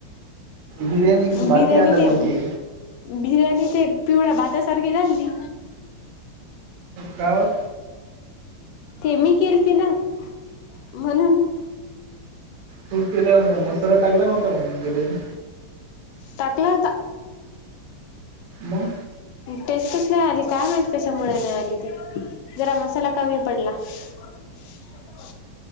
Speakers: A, on the right; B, on the left.
A: बिर्याणी की बाती
B: बिर्याणी
A: अलग
B: ते
A: होती
B: बिर्याणी ते, पिवळ्या भातासारखी झालती.
A: काव,
B: ते, मी केलती ना म्हणून,
A: तू केल्या मसाला टाकला नव्हताका म बिर्याणी
B: टाकला होता.
A: मग
B: टेस्टच नाही आली, काय माहित कशा मुळे नाही आली ती, जरा मसाला कमी पडला. <unintelligible>